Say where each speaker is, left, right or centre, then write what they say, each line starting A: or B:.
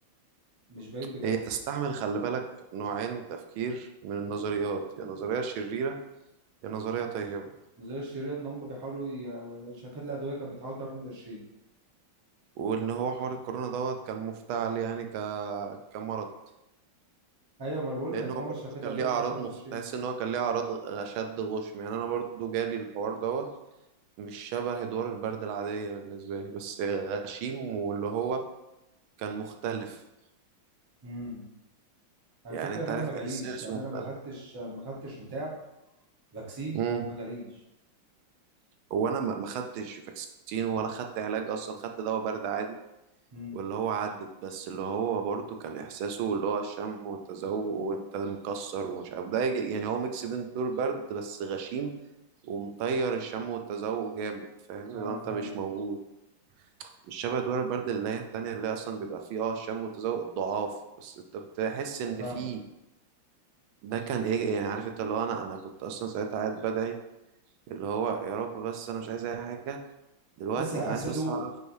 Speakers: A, on the right; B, on the right.
A: مش بعيد بجد
B: هي تستعمل خلي بالك نوعين تفكير من النظريات يا نظرية شريرة يا نظرية طيبة
A: نظريه الشريره ان هم بيحاولوا ي... شركات الادويه كانت بتحاول تعمل قرشين
B: وان هو حوار الكورونا دوت كان مفتعل يعني ك... كمرض
A: ايوه ما أنا بقول
B: لان
A: لك
B: هو
A: ان هم
B: برضه
A: شركات
B: كان
A: الادويه
B: ليه اعراض
A: بتحاول تعمل
B: مخ...
A: قرشين
B: تحس ان هو كان ليه اعراض اشد غشم يعني انا برضه جالي الحوار دوت مش شبه ادوار البرد العادية بالنسبة لي بس غشيم واللي هو كان مختلف
A: امم الفكره
B: يعني انت
A: ان
B: عارف
A: انا ما جاليش
B: احساسه
A: يعني
B: مختلف
A: انا ما خدتش ما خدتش بتاع فاكسين
B: امم
A: وما جاليش
B: هو انا ما ما خدتش فاكسين ولا خدت علاج اصلا خدت دواء برد عادي
A: امم
B: واللي هو عدت بس اللي هو برضه كان احساسه اللي هو الشم والتذوق وانت مكسر ومش عارف ده يجي- يعني هو ميكس بين دور برد بس غشيم ومطير الشم والتذوق جامد فاهم اللي
A: اه
B: هو انت
A: فاهم
B: مش موجود الشبه دوار البرد اللي هي التانية اللي هي أصلا بيبقى فيه اه شم وتذوق ضعاف بس أنت بتحس إن
A: فاهمك
B: فيه ده كان إيه يعني عارف أنت اللي هو أنا أنا كنت أصلا ساعتها قاعد بدعي اللي هو يا رب بس أنا مش عايز أي حاجة دلوقتي
A: عايز عايز
B: أنا عايز
A: ادوق
B: بس أعرف